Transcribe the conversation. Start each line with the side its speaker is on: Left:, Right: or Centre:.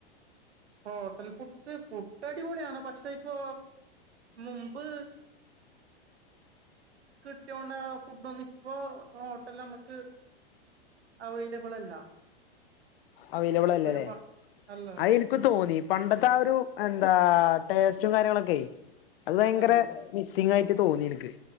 Right: ഹോട്ടൽ ഫുഡ് ഫുഡ് അടിപൊളിയാണ് പക്ഷെ ഇപ്പൊ മുമ്പ് കിട്ടിയോണ്ട ഫുഡ ഒന്ന ഇപ്പൊ ഹോട്ടല നമ്മുക്ക് അവൈലബിൾ അല്ല
Left: അവൈലബിൾ അല്ലേല്ലേ
Right: ഒരു പ അല്ല അല്ല
Left: അത് എനിക്ക് തോന്നി പണ്ടത്തെ ആ ഒരു എന്താ ടേസ്റ്റും കാര്യങ്ങളൊക്കെ അത് ഭയങ്കര
Right: ആഹ്
Left: മിസ്സിംഗ് ആയിട്ട് തോന്നി എനിക്ക്